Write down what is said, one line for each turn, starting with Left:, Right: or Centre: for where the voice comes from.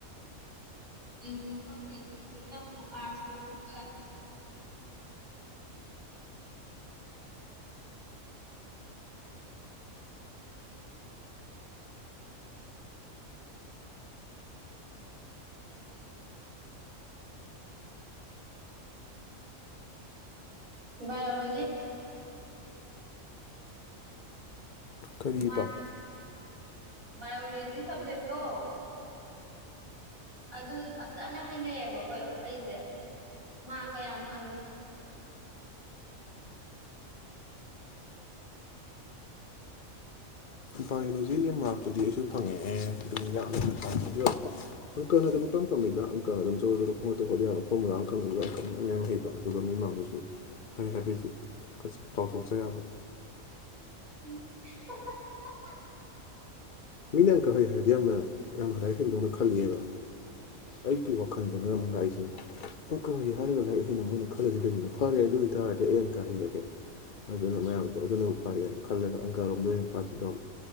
Right: ꯑꯩꯪꯗ ꯍꯧꯁꯦ ꯑꯃ ꯑ ꯏꯌꯣꯂꯣꯖꯤ
Left: ꯀꯔꯤꯕ
Right: ꯃꯥ ꯕꯥꯌꯑꯣꯂꯣꯖꯤ ꯁꯕꯖꯦꯛ ꯇꯣ ꯑꯗꯨꯗꯤ ꯐꯖꯅ ꯍꯩꯅꯩꯌꯦꯕ ꯑꯩꯈ ꯑꯩꯁꯦ ꯃꯥ ꯀꯌꯥꯝ ꯐꯪ
Left: ꯕꯥꯏꯌꯣꯂꯣꯖꯤꯁꯦ ꯃꯥꯔꯛꯄꯨꯗꯤ ꯑꯩꯁꯨ ꯐꯪꯉꯛꯑꯦ ꯑꯗꯨꯝ ꯌꯥꯝꯅ <unintelligible> ꯑꯪꯀ ꯑꯗꯨꯝ ꯢꯄꯥꯝ ꯄꯝꯅꯩꯕ ꯑꯪꯀ ꯑꯗꯨꯝ ꯖꯣꯔꯣ ꯖꯣꯔꯣ ꯄꯪꯍꯣꯠꯇ ꯍꯣꯠ ꯌꯥꯕ ꯐꯣꯔꯃꯨꯂꯥ ꯑꯃ ꯈꯪꯈ꯭ꯔꯗꯤ ꯂꯣꯢꯔꯦ ꯀꯩꯁꯨ ꯌꯥꯝ ꯍꯩꯕ ꯑꯗꯨꯒ ꯃꯤꯃꯥꯡꯗꯁꯨ ꯍꯥꯏ ꯍꯥꯏꯕꯩꯁꯨ ꯆꯥꯎꯊꯣꯛꯆꯩ ꯍꯥꯏꯕ
Right: ꯎꯝ <inaudible>
Left: ꯃꯤꯅꯥ ꯑꯪꯀ ꯍꯩꯈ꯭ꯔꯗꯤ ꯌꯥꯝꯅꯥ ꯂꯥꯏꯔꯤꯛ ꯍꯩꯕꯗꯧꯅ ꯈꯜꯂꯦꯕꯥ ꯑꯩꯒꯤ ꯋꯥꯈꯜꯗꯅ ꯑꯃꯨꯛ ꯂꯥꯛꯏꯁꯦ ꯑꯪꯀ ꯍꯩ ꯍꯥꯏꯔꯒ ꯂꯥꯏꯔꯤꯛ ꯍꯩꯅ ꯃꯣꯏꯅ ꯈꯜꯂꯤꯁꯤ ꯀꯩꯒꯤꯅꯣ ꯐꯔꯦ ꯑꯗꯨ ꯑꯣꯏꯕꯇꯥꯔꯗꯤ ꯑꯩ ꯑꯪꯀ ꯍꯩꯔꯒꯦ ꯑꯗꯨꯅ ꯃꯌꯥꯝꯗꯣ ꯑꯗꯨꯅ ꯐꯔꯦꯅ ꯈꯜꯂꯒ ꯑꯪꯀꯔꯣꯝꯗ ꯑꯩꯅ ꯄꯥꯄꯤꯗꯣ <inaudible>